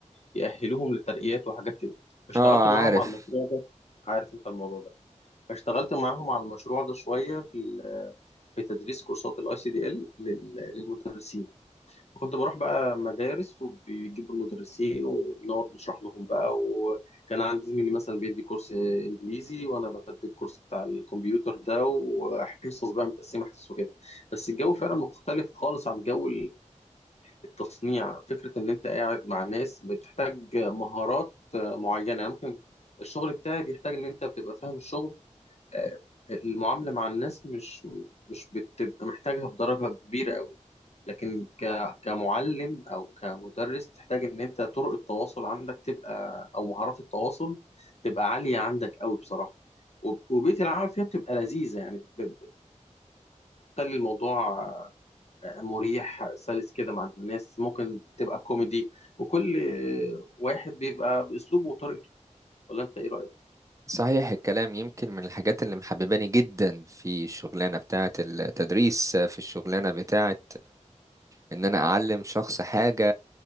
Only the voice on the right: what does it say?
اه
عارف
صحيح الكلام يمكن من الحاجات اللي محبباني جدا في الشغلانة بتاعة التدريس في الشغلانة بتاعة ان انا اعلم شخص حاجه